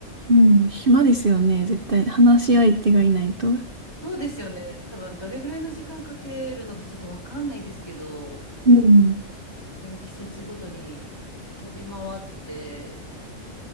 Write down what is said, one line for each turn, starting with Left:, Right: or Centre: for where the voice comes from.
Right: うん。暇ですよね。絶対。話し相手がいないと。
Left: そうですよね。多分どれぐらいの時間かけるのかちょっとわかんないですけど、
Right: うん。
Left: その季節ごとに飛び回って、